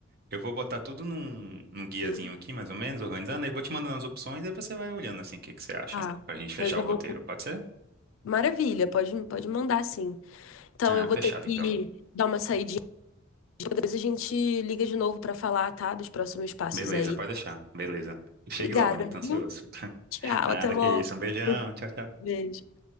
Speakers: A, on the right; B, on the left.
A: Eu vou botar tudo num, num guiazinho
B: Hum.
A: aqui, mais ou menos, organizando, aí vou te mandando as opções, aí você vai olhando assim o que que você acha,
B: Ah,
A: pra gente fechar
B: eu já
A: o
B: vou.
A: roteiro,
B: com-
A: pode ser?
B: Maravilha, pode, pode mandar sim. Então
A: Ah,
B: eu vou
A: fechado
B: ter que
A: então.
B: dar uma saidinha, depois a gente liga de novo pra falar, tá, dos próximos passos
A: Beleza,
B: aí.
A: pode deixar. Beleza. Chegue
B: Obrigada,
A: logo, amigo, tô
B: viu?
A: ansioso. <laughs>
B: Tchau,
A: Nada
B: até logo.
A: que isso. Um beijão.
B: <laughs>
A: Tchau, tchau.
B: Beijo.